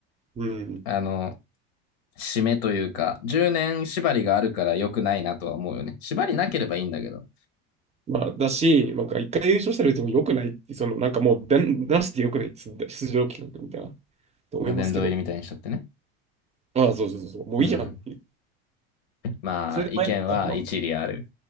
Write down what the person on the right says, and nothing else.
うん。
まあ、だし、なんか、一回優勝したら別に良くないって、その、なんかもう出、出して良くないって、出場企画みたいな。と思いますけど、
ああ、そうそうそうそう、もういいじゃんっていう。
それで毎回、
この